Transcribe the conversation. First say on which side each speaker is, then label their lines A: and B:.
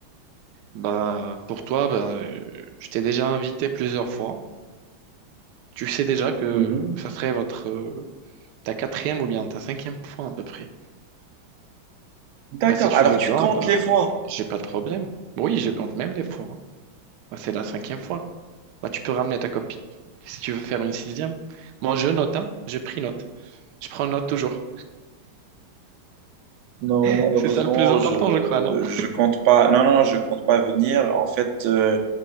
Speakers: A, on the right; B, on the right.
A: Bah, pour toi, bah, euh, je t'ai déjà invité plusieurs fois. Tu sais déjà que
B: Mhm.
A: ça serait votre, euh, ta quatrième ou bien ta cinquième fois à peu près.
B: D'accord,
A: Bah, si tu
B: alors
A: veux
B: tu
A: bien,
B: comptes
A: bah,
B: les fois.
A: j'ai pas de problème. Oui, je compte même les fois. Bah, c'est la cinquième fois. Bah, tu peux ramener ta copine si tu veux faire une sixième. Moi, je note, hein. Je pris note. Je prends note toujours.
B: Non,
A: <laughs>
B: malheureusement,
A: C'est ça le plus important,
B: je,
A: je crois, non?
B: je compte pas. Non, non, je compte pas venir. En fait, euh,